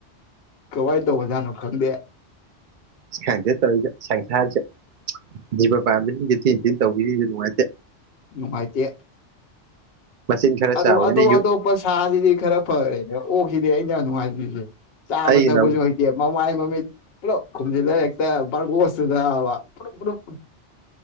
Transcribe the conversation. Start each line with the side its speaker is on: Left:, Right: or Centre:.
Left: ꯀꯃꯥꯏ ꯇꯧꯕꯖꯥꯠꯅꯣ ꯈꯪꯗꯦ
Right: ꯈꯪꯗꯦ ꯇꯧꯔꯤꯁꯦ ꯁꯪꯁꯥꯔꯁꯦ ꯖꯤꯕ ꯄꯥꯟꯕꯁꯤꯡꯁꯦ ꯊꯤꯅ ꯊꯤꯅ ꯇꯧꯕꯤꯔꯤꯁ ꯅꯨꯡꯉꯥꯏꯇꯦ
Left: ꯅꯨꯡꯉꯥꯏꯇꯦ
Right: ꯃꯆꯤꯟ ꯈꯔ
Left: ꯑꯗꯨ
Right: ꯆꯥꯎꯋꯦꯅ
Left: ꯑꯇꯣꯞ
Right: ꯌꯨ
Left: ꯑꯇꯣꯞꯄ ꯁꯥꯁꯤꯗꯤ ꯈꯔ ꯐꯔꯦꯅꯦ ꯑꯣꯛꯁꯤꯗꯤ ꯑꯩꯅ ꯌꯥꯝ ꯅꯨꯡꯉꯥꯏ <unintelligible> ꯆꯥꯕ
Right: ꯑꯩꯅ
Left: ꯇꯛꯄꯁꯨ
Right: ꯑꯃꯨꯛ
Left: ꯍꯩꯇꯦ ꯃꯥꯥꯏ ꯃꯃꯤꯠ ꯄꯨꯂꯞ ꯀꯣꯨꯝꯖꯤꯂꯒ ꯍꯦꯛꯇ ꯕꯥꯔꯒꯣꯁꯇꯨꯗꯕ ꯄꯨꯗ꯭ꯔꯨꯞ ꯄꯨꯗ꯭ꯔꯨꯞ